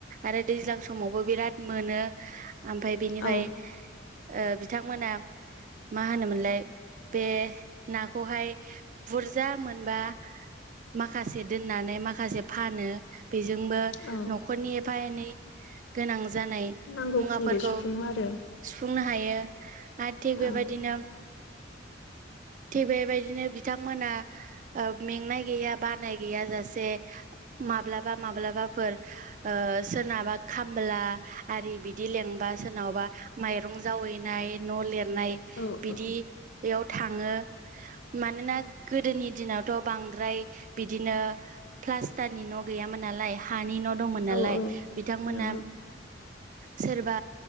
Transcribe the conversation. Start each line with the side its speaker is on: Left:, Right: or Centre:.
Right: आरो दैज्लां समावबो बिराद मोनो ओमफ्राय बेनिफ्राय
Left: औ
Right: ओ बिथांमोना मा होनोमोनलाय बे नाखौहाय बुरजा मोनबा। माखासे दोननानै माखासे फानो। बेजोंबो
Left: औ
Right: न'खरनि एफा एनै गोनां जानाय
Left: नांगौखिनिखौ
Right: मुवाफोरखौ
Left: सुफुङो आरो।
Right: सुफुंनो हायो आरो थिग बेबायदिनो।
Left: औ
Right: थिग बेबायदिनो बिथांमोना ओ मेंनाय गैया बानाय गैया जासे माब्लाबा माब्लाबाफोर। ओ सोरनाबा खामला आरि बिदि लेंबा सोरनावाबा माइरं जावैनाय न' लिरनाय
Left: औ-औ
Right: बिदियाव थाङो मानोना गोदोनि दिनावथ' बांद्राय बिदिनो प्लास्टारनि न' गैयामोन नालाय हानि न' दंमोन नालाय
Left: औ औ
Right: बिथांमोना
Left: नंगौ
Right: सोरबा